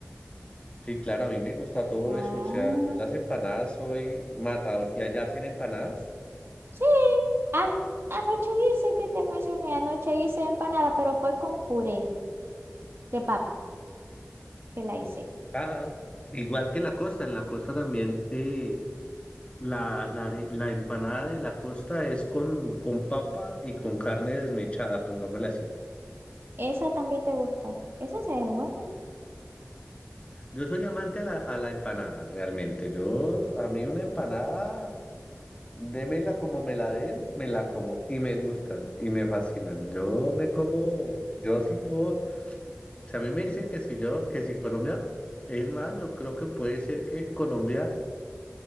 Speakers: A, on the left; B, on the right.
A: Sí, claro, a mí me gusta todo
B: Ah,
A: eso, o sea, yo las empanadas soy matador, y allá hacen empanadas.
B: sí. An- anoche hice que te mencioné, anoche hice empanada, pero fue con puré de papa que la hice.
A: Ah, igual que en la costa, en la costa también. Eh, La, la, are- la empanada de la costa es con, con papa y con carne desmechada, pongámosla así.
B: Esa también te gustó. Esa se ve buena.
A: Yo soy amante a la, a la empanada, realmente. Yo, a mí una empanada, démela como me la den, me la como y me gustan y me fascinan. Yo me como, yo sí puedo, si a mí me dice que si yo, que si Colombia, es más, yo creo que puede ser que Colombia